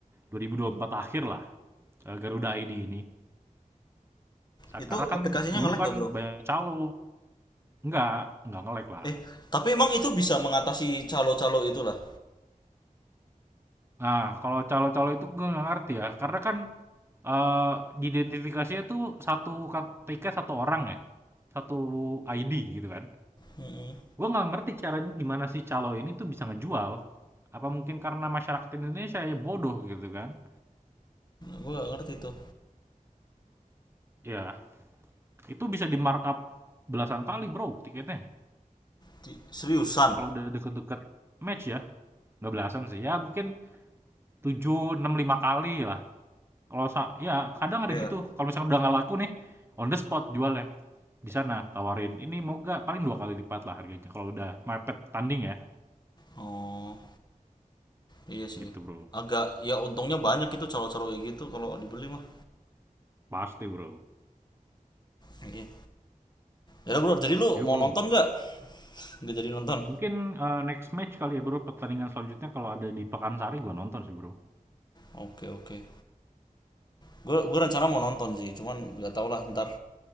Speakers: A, on the right (about 15°); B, on the left (about 30°).
A: 2024 akhir lah eh, Garuda ID ini. Nah,
B: itu
A: karena
B: aplikasinya
A: kan dulu
B: nge-lag
A: kan
B: gak bro
A: banyak calo. Enggak, enggak nge-lag lah.
B: eh tapi emang itu bisa mengatasi calo-calo itulah
A: Nah, kalau calo-calo itu gue nggak ngerti ya. Karena kan eh diidentifikasinya tuh satu KTK satu orang ya. Satu ID gitu kan.
B: mm
A: Gue nggak ngerti caranya gimana sih calo ini tuh bisa ngejual. Apa mungkin karena masyarakat Indonesia ya bodoh gitu kan.
B: gue gak ngerti itu
A: Ya, itu bisa di markup belasan kali bro tiketnya.
B: Di- seriusan
A: Kalau udah deket-deket match ya. Nggak belasan sih. Ya mungkin 7 6 5 kali lah. Kalau sa ya kadang
B: Iya.
A: ada gitu. Kalau misalkan udah nggak laku nih, on the spot jualnya. Di sana tawarin, ini mau nggak? Paling dua kali lipat lah harganya. Kalau udah mepet tanding ya.
B: oh iya sih
A: Gitu bro.
B: agak ya untungnya banyak itu calo-calo kayak gitu kalau dibeli mah
A: Pasti bro.
B: iya ya bro jadi lu
A: Yo
B: mau
A: bro.
B: nonton nggak nggak jadi nonton
A: Mungkin eh, next match kali ya bro. Pertandingan selanjutnya kalau ada di Pekansari gua nonton sih bro.
B: Oke oke. Gue gue rencana mau nonton sih, cuman nggak tau lah ntar.